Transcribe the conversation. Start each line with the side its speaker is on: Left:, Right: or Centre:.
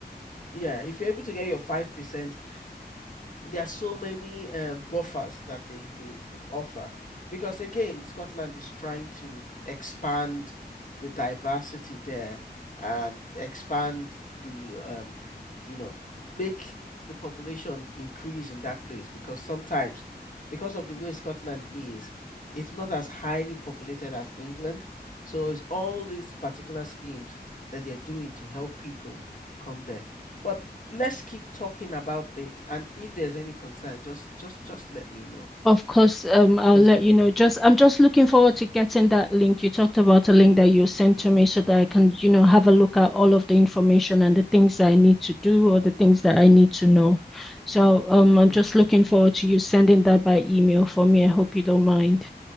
Left: yeah if you're able to get your 5% there are so many um, buffers that they, they they offer because again Scotland is trying to expand the diversity there and expand the um you know make the population increase in that place because sometimes because of the way Scotland is it's not as highly populated as England so it's all these particular schemes that they're doing to help people come there but let's keep talking about it and if there's any concern just just just let me know
Centre: Of course, um, I'll
Left: just
Centre: let
Left: let
Centre: you
Left: me
Centre: know.
Left: know
Centre: Just I'm just looking forward to getting that link. You talked about a link that you sent to me so that I can, you know, have a look at all of the information and the things that I need to do or the things that I need to know. So, um, I'm
Left: yes
Centre: just looking forward to you sending that by email for me. I hope you don't mind.